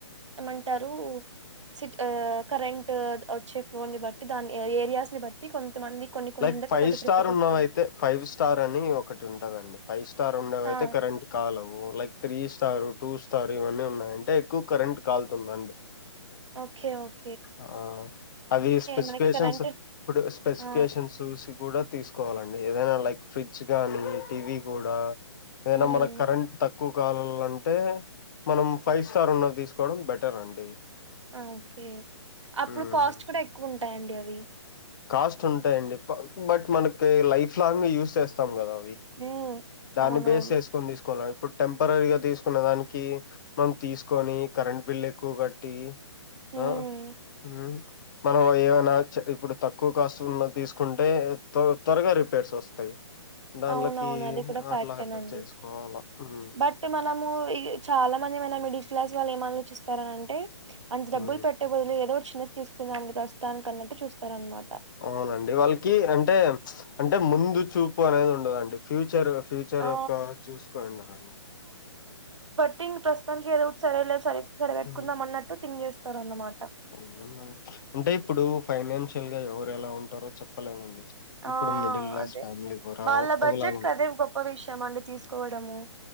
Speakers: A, on the right (about 85°); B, on the left (about 45°).
A: ఏమంటారు సి కరెంట్ వచ్చే ఫ్లోను బట్టి దాని ఏరియాస్ ని బట్టి కొంతమంది కొన్ని కొన్ని
B: లైక్
A: ఇండ్లకు
B: ఫైవ్
A: ఒకటి
B: స్టార్
A: ప్రిఫర్ చేస్తూ
B: ఉన్నావయితే ఫైవ్ స్టార్ అని ఒకటి ఉంటదండి ఫైవ్ స్టార్ ఇస్తారు ఉండవి
A: ఆ
B: అయితే కరెంట్ కాలవు like three star two star ఇవన్నీ ఉన్నాయంటే ఎక్కువ కరెంట్ కాల్తుందండి
A: ఓకే ఓక్
B: ఆ అది స్పెసిఫికేషన్స్
A: మనకి కరెంట్
B: ఇప్పుడు స్పెసిఫికేషన్స్
A: ఆ
B: చూసి కూడా తీసుకోవాలండీ ఏదైనా లైక్ ఫ్రిడ్జ్ కానీ టీవీ కూడా ఏదైనా
A: హ్మ్
B: మనకి కరెంట్ తక్కువ తక్కువ కాలాలంటే మనం ఫైవ్ స్టార్ ఉన్న తీసుకోవడం బెటర్ అండి
A: ఓకే అప్పుడు
B: హ్మ్.
A: కాస్ట్ కూడా ఎక్కువ ఉంటాయంండి అవి
B: కాస్ట్ ఉంటాయిండి బట్ మనకి లైఫ్ లాంగ్ యూస్ చేస్తాం కదా
A: ఉమ్
B: దాన్ని
A: అవునవును
B: బేస్ చేసుకొని తీసుకోవాల ఇప్పుడు టెంపరరీగా తీసుకునే దానికి మనం తీసుకొని కరెంట్ బిల్ ఎక్కువ కట్టి
A: ఉమ్
B: ఆ ఉమ్ మనం ఏమైనా ఇప్పుడు తక్ తక్కువ కాస్ట్ ఉన్న తీసుకుంటే త త్వరగా రిపేర్స్ వస్తాయి దాన్లకి
A: అవున అవును అది కూడా ఫ్యాక్టేనండి
B: అట్లా అట్లా చేసుకోవాల. హ్మ్.
A: బట్ మనము చాలా మంది మిడిల్ క్లాస్ వాళ్ళు ఏమీ ఆలోచిస్తారంటే అంత
B: హ్మ్.
A: డబ్బులు పెట్టే బదులు ఏదో చి తీసుకుందాండి ప్రస్తుతానికి అన్నట్టు చూస్తార అనమాట
B: అవునండి వాళ్ళకి అంటే అంటే ముందు చూపు చూపు అనేది ఉండదండి ఫ్యూచర్ ఫ్యూచర్
A: ఆ
B: యక్క చూసుకోరండి ఆ
A: థింగ్ ప్రస్తుతానికి ఏదో ఒకటి సరే లేదు సరే సరి పెట్టుకుందా
B: హ్మ్.
A: అన్నట్టు థింగ్ చేస్తారు అన్నమాట
B: అవునండి అంటే ఇప్పుడు ఫైనాన్షియల్ గా ఎవరు ఎలా ఉంటారో చెప్పలేమండి. ఇప్పుడు
A: ఆ
B: మిడిల్ క్లాస్
A: అదే
B: ఫ్యామిలీ కూడా
A: వాళ్ళ బడ్జెట్
B: ఒకలా ఉంటా
A: కి అదే గొప్ప విషయం అండి తీసుకోవడము